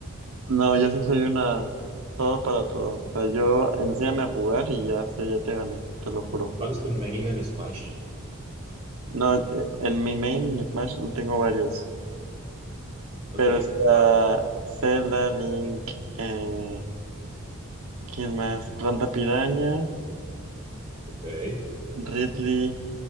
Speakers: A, on the right (about 80°); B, on the right (about 30°).
A: No, yo sí soy una todo para todo. O sea, yo enséñame a jugar y ya sé, ya te gané, te lo juro.
B: ¿Cuál es tu main en Smash?
A: No, eh, en mi main Smash tengo varios,
B: Ok,
A: pero está
B: va,
A: Zelda, Link, eh, ¿Quién más? Planta Piraña,
B: ok.
A: Ridley,